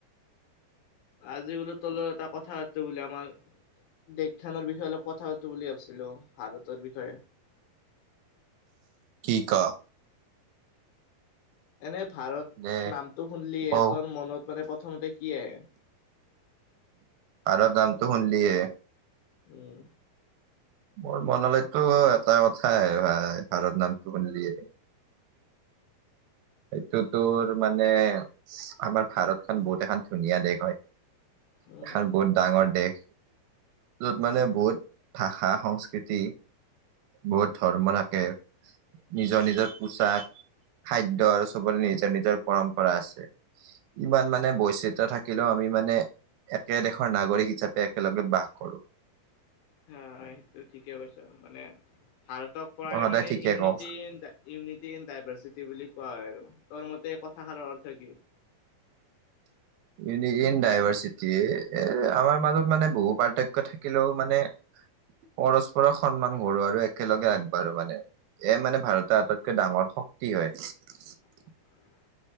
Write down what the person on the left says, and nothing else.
আজি বোলো তোৰ লগত এটা কথা পাতো বুলিলে আমাৰ দেশখানৰ বিষয়ে অলপ কথা পাতো বুলি ভাবিছিলো ভাৰতৰ বিষয়ে।
এনে ভাৰত
নামটো শুনিলিয়ে
তোৰ মনত মানে প্ৰথমতে কি আহে?
উম।
উম
হা সেইটো ঠিকেই কৈছ মানে। ভাৰতক প্ৰায়
মানে
unity
in unity in diversity বুলি কোৱা হয় আৰু তোৰ মতে কথাষাৰৰ অৰ্থ কি?
<inaudible>